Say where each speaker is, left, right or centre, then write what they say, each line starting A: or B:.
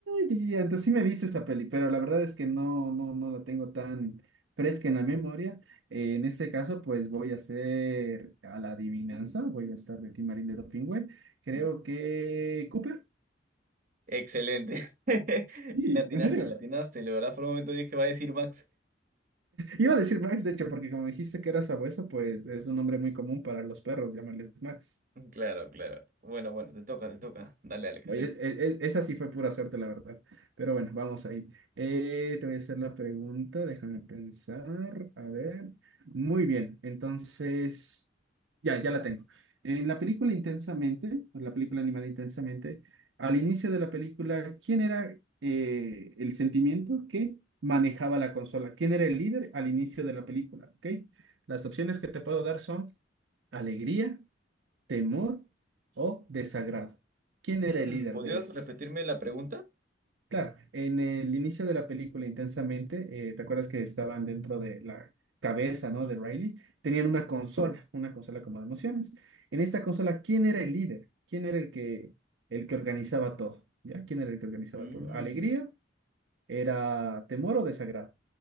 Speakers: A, on the right; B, on the right.
A: ya, ya, ya, entonces sí me he visto esa peli, pero la verdad es que no, no, no la tengo tan fresca en la memoria. Eh, en este caso, pues voy a hacer a la adivinanza, voy a estar de Tim Timarín de Dopingüe. Creo
B: Mm.
A: que Cooper.
B: Excelente. <laughs>
A: Sí,
B: Le atinaste,
A: ¿en serio?
B: le atinaste. La verdad, por un momento dije, va a decir Max.
A: Iba a decir Max, de hecho, porque como dijiste que era sabueso, pues es un nombre muy común para los perros, llámales Max.
B: Claro, claro. Bueno, bueno, te toca, te toca. Dale, dale, que
A: Oye,
B: soy.
A: e- e- esa sí fue pura suerte, la verdad. Pero bueno, vamos ahí. Eh, te voy a hacer la pregunta, déjame pensar. A ver. Muy bien, entonces, ya, ya la tengo. En la película Intensamente, o la película animada Intensamente, al inicio de la película, ¿quién era eh, el sentimiento que manejaba la consola? ¿Quién era el líder al inicio de la película? ¿Ok? Las opciones que te puedo dar son alegría, temor o desagrado. ¿Quién
B: Mm,
A: era el líder
B: ¿podrías
A: de ellos?
B: repetirme la pregunta?
A: Claro, en el inicio de la película intensamente, eh, ¿te acuerdas que estaban dentro de la cabeza, ¿no? De Riley, tenían una consola, una consola como de emociones. En esta consola, ¿quién era el líder? ¿Quién era el que, el que organizaba todo? ¿Ya? ¿Quién era el que organizaba
B: Mm.
A: todo? ¿Alegría? ¿Era temor o desagrado?